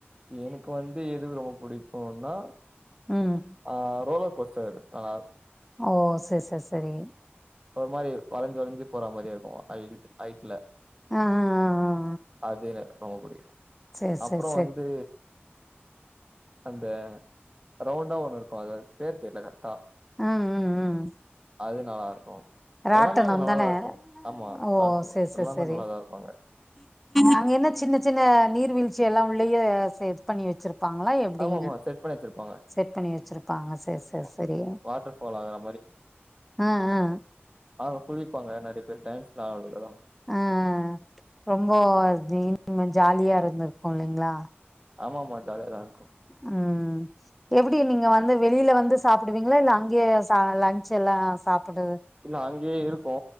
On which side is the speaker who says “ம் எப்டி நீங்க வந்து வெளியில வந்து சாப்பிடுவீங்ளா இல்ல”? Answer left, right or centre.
Centre